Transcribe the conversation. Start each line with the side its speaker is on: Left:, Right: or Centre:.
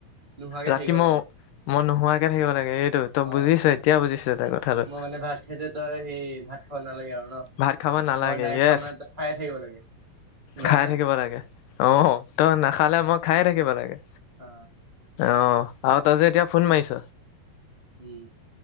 Right: নোহোৱাকে
Left: ৰাতি
Right: থাকিব
Left: মই
Right: লাগে
Left: -মই নোহোৱাকে থাকিব লাগে। এইটো তই
Right: অ
Left: বুজিছ এতিয়া বুজিছ তই কথাটো।
Right: মই মানে ভাত খাইছো তই সেই ভাত খাব নালাগে আৰু ন
Left: ভাত খাব নালাগে
Right: মই নাই
Left: য়েছ।
Right: খোৱা মানে তই খায়ে থাকিব লাগে নৰখাকে
Left: খাই থাকিব লাগে অ', তই নাখালে মই খায়ে থাকিব লাগে।
Right: অ
Left: অহ, আৰু তই যে এতিয়া ফোন মাৰিছ
Right: উম